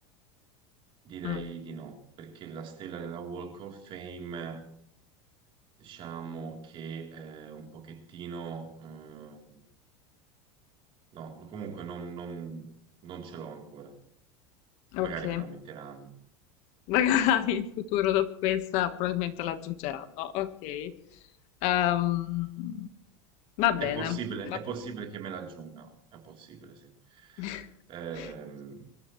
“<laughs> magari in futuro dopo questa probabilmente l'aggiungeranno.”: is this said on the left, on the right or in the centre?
Left